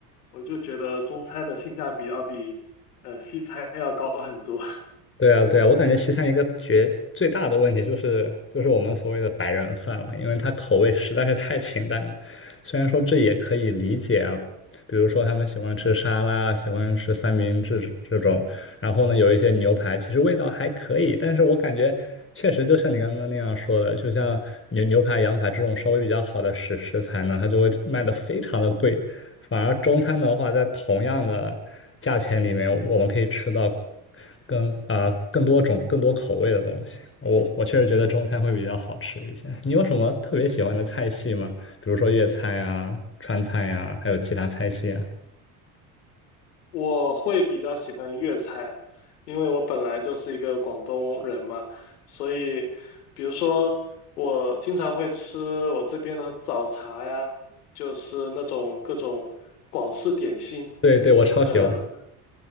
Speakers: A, on the left; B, on the left.
A: 我就觉得中餐的性价比要比呃西餐要高很多。<laughs>
B: 对啊，对啊，我感觉西餐一个绝最大的问题就是就是我们所谓的白人饭嘛，因为它口味实在是太清淡了。虽然说这也可以理解啊，比如说他们喜欢吃沙拉，喜欢吃三明治这这种，然后呢有一些牛排，其实味道还可以，但是我感觉确实就像你刚刚那样说的，就像牛牛排、羊排这种稍微比较好的食食材呢，它就会卖的非常的贵。反而中餐的话，在同样的价钱里面，我们可以吃到更啊、更多种、更多口味的东西。我我确实觉得中餐会比较好吃一些。你有什么特别喜欢的菜系吗？比如说粤菜啊、川菜呀、还有其他菜系啊？
A: 我会比较喜欢粤菜，因为我本来就是一个广东人嘛，所以比如说我经常会吃我这边的早茶呀，就是那种各种广式点心。
B: 对对，我超喜欢。
A: 呃，